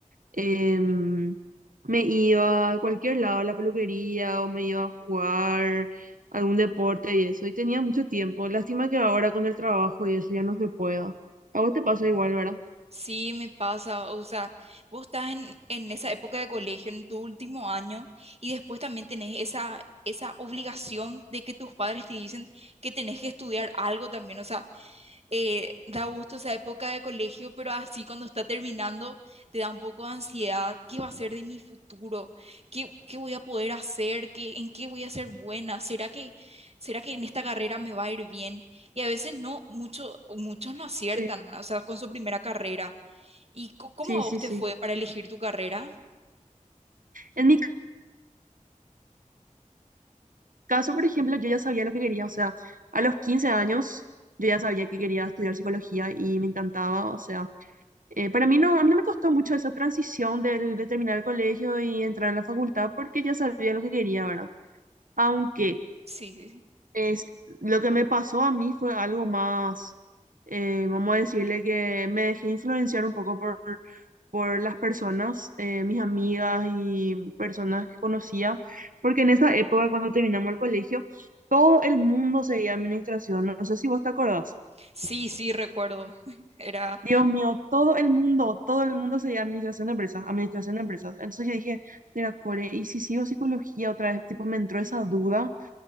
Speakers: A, on the right (about 80°); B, on the right (about 50°).
A: em, me iba a cualquier lado, a la peluquería o me iba a jugar algún deporte y eso, y tenía mucho tiempo. Lástima que ahora con el trabajo y eso ya no se pueda. A vos te pasa igual, ¿verdad?
B: Sí, me pasa, o sea, vos estás en, en esa época de colegio, en tu último año, y después también tenés esa, esa obligación de que tus padres te dicen que tenés que estudiar algo también, o sea, eh, da gusto esa época de colegio, pero así cuando está terminando te da un poco de ansiedad, ¿qué va a ser de mi futuro? ¿Qué, qué voy a poder hacer? ¿Qué, en qué voy a ser buena? ¿Será que, será que en esta carrera me va a ir bien? Y a veces no, mucho, muchos no aciertan,
A: Sí,
B: o sea, con su primera carrera. ¿Y co- cómo
A: sí,
B: a
A: sí,
B: vos te
A: sí.
B: fue para elegir tu carrera?
A: En mi caso, por ejemplo, yo ya sabía lo que quería, o sea, a los 15 años yo ya sabía que quería estudiar psicología y me encantaba, o sea. Eh, para mí no, a mí no me costó mucho esa transición del- de, terminar el colegio y entrar a la facultad porque ya sabía lo que quería, ¿verdad? Aunque
B: Sí, sí, sí.
A: es, lo que me pasó a mí fue algo más, eh, vamos a decirle que me dejé influenciar un poco por, por las personas, eh, mis amigas y personas que conocía, porque en esa época cuando terminamos el colegio, todo el mundo seguía administración, no sé si vos te acordás.
B: Sí, sí, recuerdo. <laughs> Era,
A: Dios mío, todo el mundo, todo el mundo se llama administración de empresas, administración de empresas. Entonces yo dije, mira, Core, ¿y si sigo psicología otra vez? Tipo, me entró esa duda,